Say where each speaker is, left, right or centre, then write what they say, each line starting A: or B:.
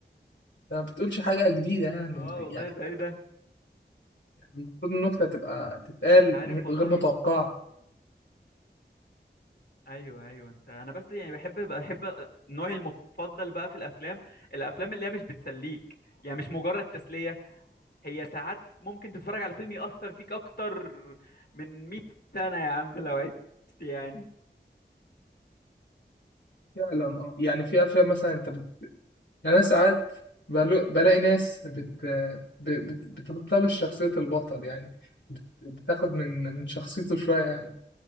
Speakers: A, on the left; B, on the left.
A: انت ما بتقولش حاجة جديدة يعني
B: اه والله
A: يعني
B: ده ايه ده
A: المفروض النكتة تبقى تتقال
B: انت عارف والله
A: غير متوقعة
B: ايوه ايوه انت انا بس يعني بحب بحب نوعي المفضل بقى في الافلام الافلام اللي هي مش بتسليك يعني مش مجرد تسليه هي ساعات ممكن تتفرج على فيلم يأثر فيك اكتر من 100 سنه يا عم لو عشت يعني
A: فعلا اه يعني في افلام مثلا انت بت... يعني انا ساعات بلو... بلاقي ناس بت... ب- بت... بتلتبس شخصية البطل يعني بت... بتاخد من من شخصيته شوية يعني